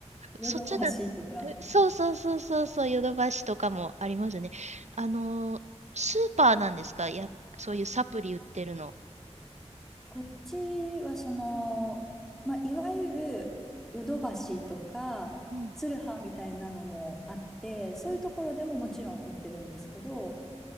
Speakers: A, in the centre; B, on the right.
A: ヨドバシとか。
B: そっちだ、そうそうそうそうそう、ヨドバシとかもありますね。あのースーパーなんですかや、そういうサプリ売ってるの。
A: こっちはその、まあ、いわゆるヨドバシとか、
B: うん。
A: ツルハみたいなのもあって、そういうところでももちろん売ってるんですけど、
B: うんうん。